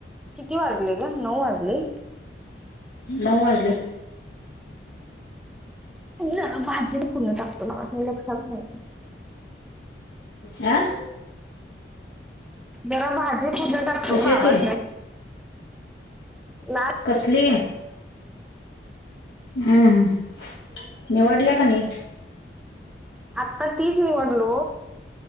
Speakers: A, in the centre; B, on the left.
A: किती वाजले का नऊ वाजले
B: नऊ वाजले
A: ज भाजी पूर्ण टाकतो मला लात
B: आं
A: जरा भाजी पध टाकतो
B: कशाची
A: बाबास्नी ना
B: कसली हम्म ह् निवडले का न
A: आता तीच निवडलो